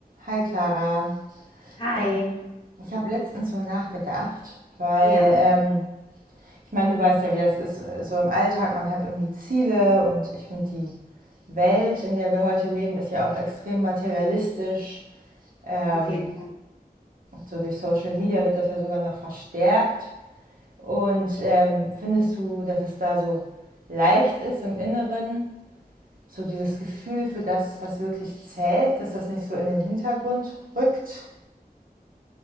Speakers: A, on the right; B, on the left.
A: Hi Clara,
B: Hi,
A: äh, ich habe letztens so nachgedacht, weil
B: ja,
A: ähm, ich meine, du weißt ja, wie das ist, äh, so im Alltag, man hat irgendwie Ziele und ich finde, die Welt, in der wir heute leben, ist ja auch extrem materialistisch. Ähm,
B: auf jeden Fall.
A: so durch Social Media wird das ja sogar noch verstärkt. Und ähm, findest du, dass es da so leicht ist im Inneren, so dieses Gefühl für das, was wirklich zählt, dass das nicht so in den Hintergrund rückt?